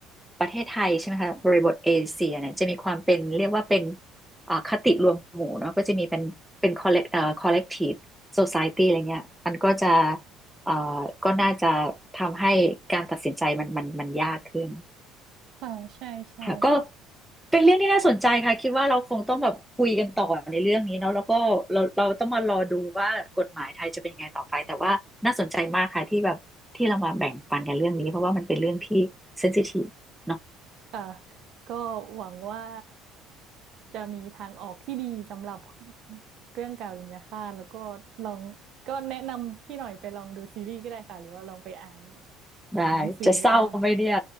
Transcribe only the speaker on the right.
ค่ะใช่ใช่
ค่ะก็หวังว่าจะมีทางออกที่ดีสำหรับเรื่องการุญยฆาตแล้วก็ลองก็แนะนำพี่หน่อยไปลองดูซีรีส์ก็ได้ค่ะหรือว่าลองไปอ่านอ่านหนังสือก็ได้